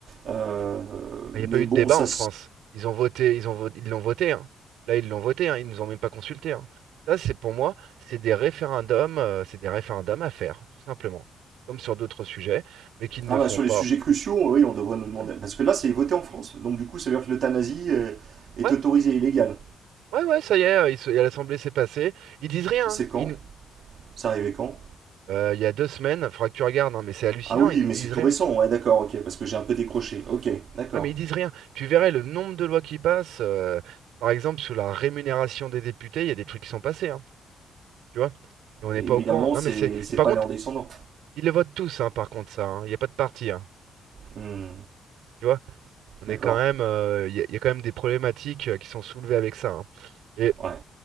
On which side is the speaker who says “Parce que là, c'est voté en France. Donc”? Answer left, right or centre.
Right